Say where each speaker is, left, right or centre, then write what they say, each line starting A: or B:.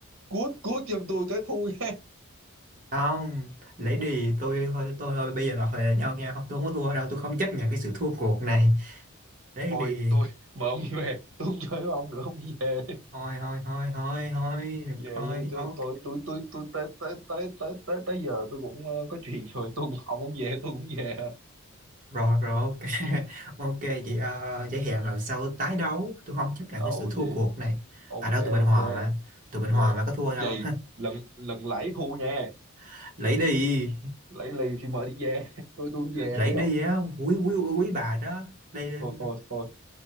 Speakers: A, on the right; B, on the right.
A: cút cút giùm tôi cái thui nha
B: không lấy đi tôi thôi tôi thôi bây giờ là hòa nhau nha không tôi không có thua đâu tôi không chấp nhận cái sự thua cuộc này lấy
A: thôi
B: đi
A: tôi mời ông đi về tôi không chơi với ông nữa ông đi về
B: thôi thôi thôi thôi thôi
A: đi về
B: thôi
A: đi. tôi
B: ok
A: tôi tôi tôi tôi tới tới tới tới tới tới giờ tôi cũng ờ, có chuyện rồi tôi cũng ông không về tôi cũng về
B: Rồi rồi ok <laughs> ok vậy uh, vậy hẹn lần sau tái đấu tôi không chấp nhận
A: đấu
B: cái sự thua
A: vậy
B: cuộc này
A: ok
B: à đâu tụi mình
A: ok
B: hòa mà tụi mình
A: về
B: hòa mà có thua
A: vậy
B: đâu
A: lần lần lãi thua nha
B: <laughs> lấy
A: lần
B: đi
A: lãi lì thì mời đi về tôi tôi về
B: lấy
A: đây
B: đi
A: ông
B: á quý quý quý bà đó đây
A: thôi thôi thôi